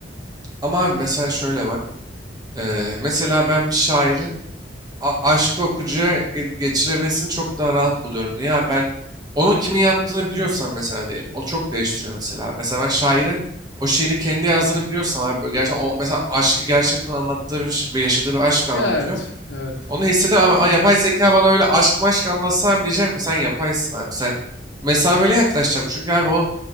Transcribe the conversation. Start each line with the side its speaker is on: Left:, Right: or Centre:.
Right: Ama abi mesela şöyle bak. Eee, mesela ben bir şairin a- aşkı okuyucuya ge- geçiremesini çok daha rahat buluyorum. Niye abi ben onun kimin yaptığını biliyorsam mesela diyelim. O çok değiştiriyor mesela. Mesela ben şairi o şiiri kendi yazdığını biliyorsam abi böyle gerçekten o mesela aşkı gerçekten anlattığı bir, ş- bir yaşadığı bir aşk anlatıyor.
Left: Ya, Evet, evet.
Right: Onu hissedemem ama ama yapay zeka bana öyle aşk maşk anlatsa abi diyeceğim ki sen yapaysın abi. Sen mesafeli yaklaşacağım. Çünkü abi o